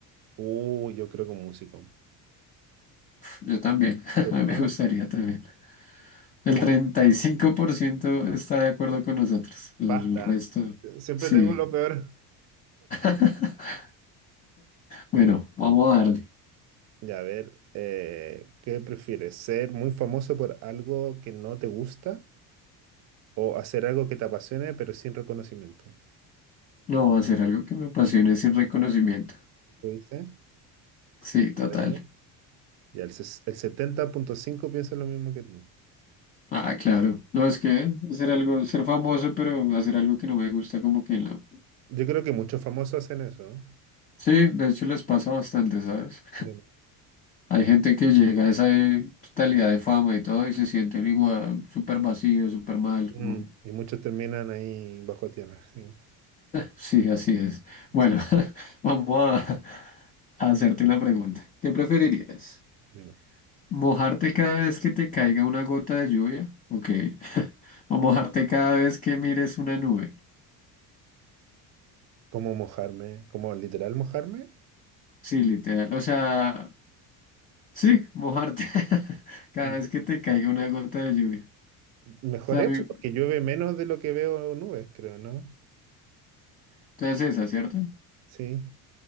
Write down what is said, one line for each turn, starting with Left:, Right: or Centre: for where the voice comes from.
Right: Uh, yo creo que un músico.
Left: Yo también, <laughs>
Right: ¿Cierto?
Left: me gustaría también.
Right: Como,
Left: El 35% está de acuerdo con nosotros.
Right: basta.
Left: El resto,
Right: Siempre
Left: sí.
Right: tengo lo peor.
Left: <laughs> Bueno, vamos a darle.
Right: Ya, a ver, eh, ¿qué prefieres? ¿Ser muy famoso por algo que no te gusta o hacer algo que te apasione pero sin reconocimiento?
Left: No, hacer algo que me apasione sin reconocimiento.
Right: ¿Lo dices?
Left: Sí, total.
Right: A ver. Ya, el, ses- el setenta punto cinco piensa lo mismo que tú.
Left: Ah, claro. No, es que hacer algo, ser famoso, pero hacer algo que no me gusta, como que no.
Right: Yo creo que muchos famosos hacen eso, ¿no?
Left: Sí, de hecho les pasa bastante, ¿sabes?
Right: de-
Left: Hay gente que llega a esa eh, totalidad de fama y todo y se sienten igual, súper vacío, súper mal,
Right: mm,
Left: como
Right: y muchos terminan ahí bajo tierra. Sí,
Left: Sí, así es. Bueno,
Right: sí,
Left: <laughs> vamos a, a hacerte una pregunta. ¿Qué preferirías?
Right: dime.
Left: ¿Mojarte cada vez que te caiga una gota de lluvia? Ok. <laughs> ¿O mojarte cada vez que mires una nube?
Right: ¿Cómo mojarme? ¿Cómo literal mojarme?
Left: Sí, literal. O sea, sí, mojarte <laughs> cada
Right: Mm,
Left: vez que te caiga una gota de lluvia.
Right: Mejor
Left: O sea,
Right: eso,
Left: a mí-
Right: porque llueve menos de lo que veo nubes, creo, ¿no?
Left: entonces esa, ¿cierto?
Right: Sí.